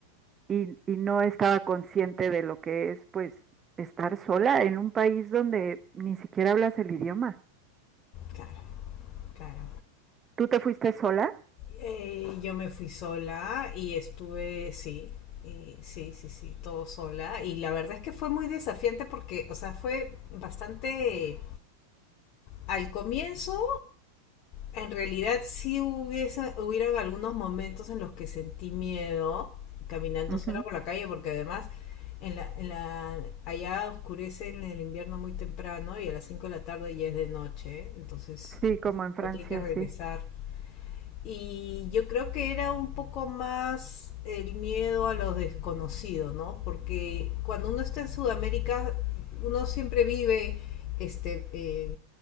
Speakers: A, on the right; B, on the left.
A: y, y no estaba consciente de lo que es, pues, estar sola en un país donde ni siquiera hablas el idioma.
B: Claro, claro.
A: ¿Tú te fuiste sola?
B: Eh, yo me fui sola y estuve, sí, y sí, sí, sí, todo sola. Y la verdad es que fue muy desafiante porque, o sea, fue bastante... Al comienzo, en realidad sí hubiese, hubieron algunos momentos en los que sentí miedo caminando
A: Ujú.
B: sola por la calle porque además en la, en la, allá oscurece en el invierno muy temprano y a las 5 de la tarde ya es de noche, entonces
A: Sí, como en Francia,
B: uno tiene que regresar
A: sí.
B: Y yo creo que era un poco más el miedo a lo desconocido, ¿no? Porque cuando uno está en Sudamérica, uno siempre vive este, eh,